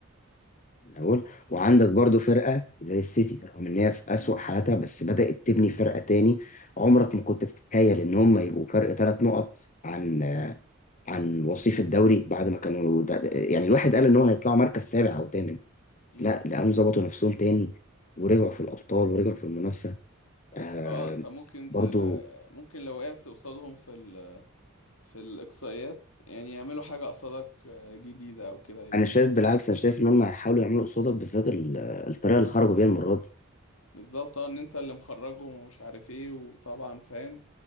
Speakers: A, on the left; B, on the left.
A: من أول وعندك برضو فرقة زي السيتي رغم إن هي في أسوأ
B: مم.
A: حالاتها بس بدأت تبني فرقة تاني عمرك ما كنت تتخيل إن هم يبقوا فرق ثلاث نقط عن عن وصيف الدوري بعد ما كانوا ده ده- يعني الواحد قال ان هو هيطلعوا مركز سابع او ثامن
B: امم
A: لا لقوهم ظبطوا نفسهم تاني ورجعوا في الابطال ورجعوا في المنافسه آه
B: فاه انت ممكن
A: برضو
B: تلا... ممكن لو وقعت قصادهم في في الإقصائيات يعني يعملوا حاجة قصادك آه، جديدة أو كده ي-
A: انا شايف بالعكس انا شايف ان هم هيحاولوا يعملوا قصادك بالذات ال- الطريقه اللي خرجوا بيها المره دي
B: بالظبط اه إن أنت اللي مخرجهم ومش عارف إيه وطبعا فاهم